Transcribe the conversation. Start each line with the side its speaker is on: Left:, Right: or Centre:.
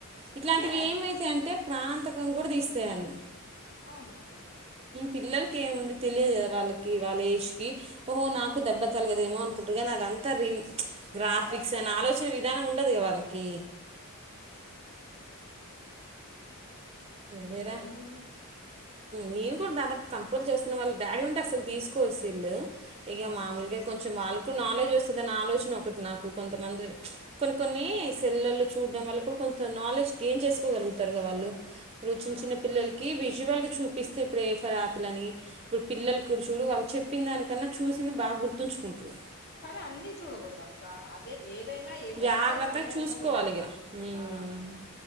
Right: ఇట్లాంటివి
Left: అయ్యో
Right: ఏమైతా అంటే ప్రాణంతక <inaudible> కూడా తీస్తేయన్ని
Left: అవును మరి
Right: పిల్లలకి ఏముంది తెలియదు కదా వాళ్ళకి వాళ్ళ ఏజ్కి ఓహో నాకు దెబ్బతలగదేమో అనుకుంటారు, కానీ అదంతా రిమ్ గ్రాఫిక్స్ అని ఆలోచన విధానం ఉండదు కదా వాళ్ళకి
Left: ఆ
Right: సరేరా
Left: అది నిజమే
Right: నేను కూడా దాదాపు కంట్రోల్ చేస్తున్న వాళ్ళ డాడీ ఉంటే అసలు తీసుకోదు సెల్లు ఇగ
Left: ఆ
Right: మామూలుగా కొంచెం వాలు నాలెడ్జ్ వస్తుందన్న ఆలోచన ఒకటి నాకు కొంతమంది కొన్ని కొన్ని సెల్లల్లో చూడడం వల్ల కూడా కొంత నాలెడ్జ్ గెయిన్ చేసుకోగలుగుతారుగా వాళ్ళు రుచించిన
Left: ఆ
Right: పిల్లలకి వి జ్య్వాళ్ళకి చూపిస్తే ఏ ఫర్యాపిల్ అని ఇప్పుడు పిల్లలు కూడా చూడు వాళ్ళు చెప్పిన దానికన్నా చూసింది బాగా గుర్తుంచుకుంట్రు
Left: కానీ అన్ని చూడకూడదు అక్క అదే ఏదైనా ఏ
Right: జాగ్రత్తగా
Left: ఒక్కటే పనిలో
Right: చూసుకోవాలి
Left: ఉండకూడదు
Right: ఇక ఉమ్.
Left: ఆ